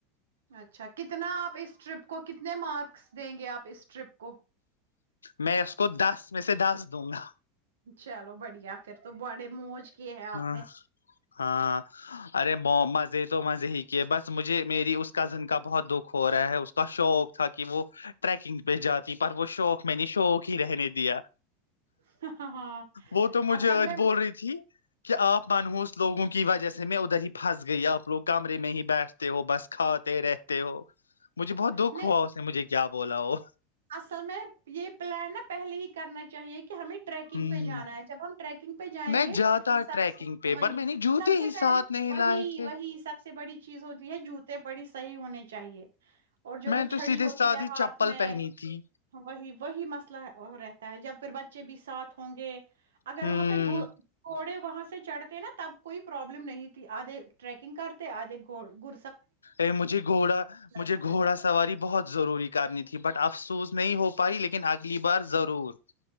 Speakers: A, on the right; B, on the left.
A: اچھا کتنا آپ اس ٹرپ کو کتنے مارکس دیں گے آپ اس ٹرپ کو
B: میں اس کو دس میں سے دس دوں گا
A: چلو بڑھیا پھر تو بڑے موج کیے ہیں آپ
B: ہاں
A: نے
B: ہاں ارے ب تو مزے ہی کیے بس مجھے میری اس کزن کا بہت دکھ ہو رہا ہے اس کا شوق تھا کہ وہ ٹریکنگ پہ جاتی پر وہ شوق میں نے شوق ہی رہنے دیا
A: ہ ہاں
B: وہ تو مجھے
A: آ س
B: آج
A: میں
B: بول رہی تھی کہ آپ منوس لوگوں کی وجہ سے میں ادھر ہی پھنس گئی آپ لوگ کمرے میں ہی بیٹھتے ہو بس کھاتے رہتے ہو مجھے بہت دکھ
A: نہیں
B: ہوا اس سے مجھے کیا بولا وہ
A: اصل میں یہ پلان نا پہلے ہی کرنا چاہیے ہمیں ٹریکنگ
B: ہ
A: پہ جانا ہے جب ہم ٹریکنگ پہ جائیں
B: میں
A: گے
B: جاتا
A: سب
B: ٹریکنگ
A: سے
B: پہ
A: وہی
B: پر میں نے جوتے
A: سب سے
B: ہی
A: پہلے
B: ساتھ نہیں
A: وہی
B: لائے تھے
A: وہی سب سے بڑی چیز ہوتی ہے جوتے پڑی صحیح ہونے چاہیے اور جو
B: میں
A: وہ
B: تو
A: چھڑی
B: سیدھے
A: ہوتی
B: سادھی
A: ہے ہاتھ
B: چپل
A: میں
B: پہنی تھی
A: وہی وہی مسئلہ رہتا ہے جب پھر بچے بھی ساتھ ہوں گے اگر
B: ہوں
A: وہاں پہ گھوڑے وہاں سے چڑھتے ہیں نا تب کوئی پرابلم لم نہیں ت آدے رکنگ کرتے آد گ گ
B: ا مجھے گھوڑا مجھے
A: جاتا
B: گھوڑا سواری بہت ضروری کرنی تھی بٹ افسوس نہیں ہو پائی لیکن اگلی بار ضرور